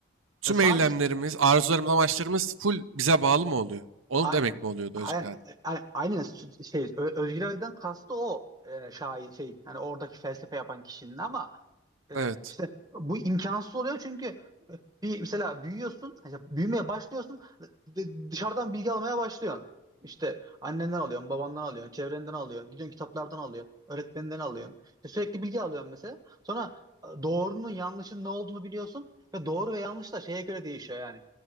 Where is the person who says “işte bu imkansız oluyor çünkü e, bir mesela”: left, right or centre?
Right